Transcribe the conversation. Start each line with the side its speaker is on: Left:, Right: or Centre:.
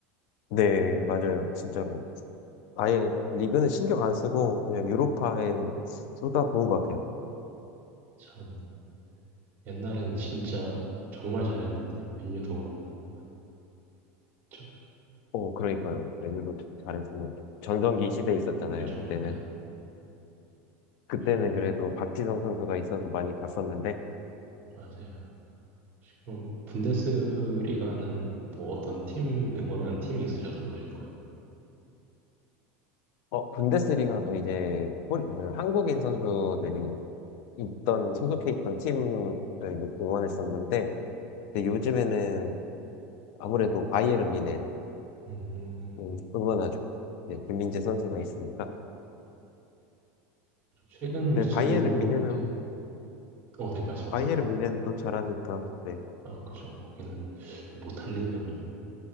Left: 네, 맞아요. 진짜로. 아예 리그는 신경 안 쓰고 그냥 유로파에 쏟아부은 것 같아요.
Right: 참, 옛날엔 진짜 정말 잘했는데, 맨유도 그렇고. 저-
Left: 오, 그러니까요. 레드도 잘했으면 좋- 전성기 시대에 있었잖아요.
Right: 그죠,
Left: 그때는
Right: 네.
Left: 그때는
Right: 지금
Left: 그래도 박지성 선수가 있어서 많이 봤었는데
Right: 맞아요. 그럼 분데스리가는 뭐 어떤 팀 응원하는 팀이 있으셔서 보신 거예요?
Left: 어 분데스리가도 이제 홀- 어, 한국인 선수들이 있던 소속해 있던 팀을 응원했었는데 근데 요즘에는 아무래도 바이에른 뮌헨
Right: 음,
Left: 음, 응원하죠. 네, 김민재 선수가 있으니까.
Right: 저 최근 뉴스로
Left: 네, 바이에른 뮌헨은
Right: 네. 어, 네 말씀하세요.
Left: 바이에른 뮌헨 또 잘하니까 네,
Right: 아, 그죠. 거기는 뭐 못할 일이 없는